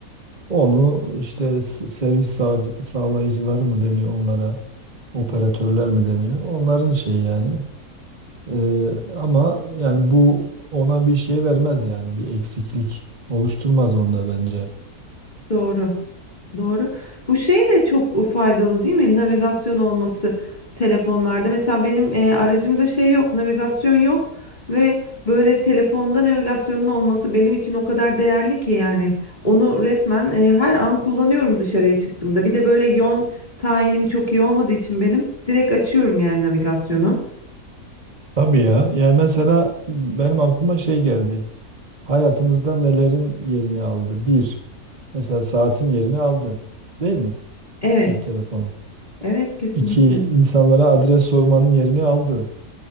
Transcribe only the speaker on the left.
Doğru. Doğru. Bu şey de çok faydalı değil mi? Navigasyon olması telefonlarda. Mesela benim e, aracımda şey yok, navigasyon yok ve böyle telefonda navigasyonun olması benim için o kadar değerli ki yani. Onu resmen e, her an kullanıyorum dışarıya çıktığımda. Bir de böyle yön tayinim çok iyi olmadığı için benim direkt açıyorum yani navigasyonu.
Evet.
Evet kesinlikle.